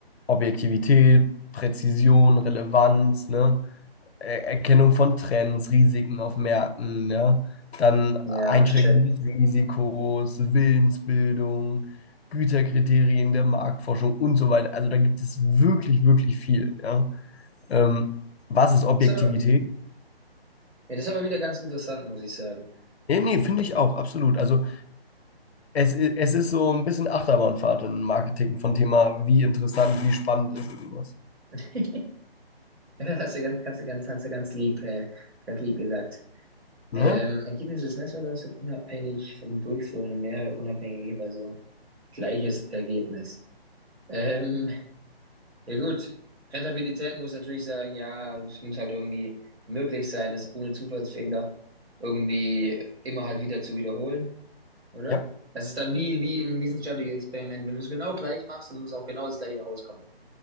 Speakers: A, on the left; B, on the right.
A: Objektivität, Präzision, Relevanz, ne? Er- Erkennung von Trends, Risiken auf Märkten, ja. Dann
B: ja,
A: Einschränkung
B: ich check.
A: des Risikos, Willensbildung, Güterkriterien der Marktforschung und so weiter. Also da gibt es wirklich, wirklich viel, ja. Ähm, was ist Objektivität?
B: Ist aber, ja, das ist aber wieder ganz interessant, muss ich sagen.
A: Nee, nee, finde ich auch, absolut. Also es, i- es ist so ein bisschen Achterbahnfahrt im Marketing von Thema, wie interessant, wie spannend ist irgendwas.
B: <laughs> Das Hast du ganz, hast du ganz, hast du ganz lieb, äh, ganz lieb gesagt. Ähm,
A: Ne?
B: Ergebnisse des Netzwerks sind unabhängig vom Durchführen mehrerer unabhängiger Personen. Gleiches Ergebnis. Ähm, ja gut. Rentabilität muss natürlich sagen, ja, es muss halt irgendwie möglich sein, das ohne Zufallsfehler irgendwie immer halt wieder zu wiederholen. oder?
A: Ja,
B: Das ist dann wie, wie ein wissenschaftliches Experiment. Wenn du es genau gleich machst, dann muss auch genau das gleiche rauskommen.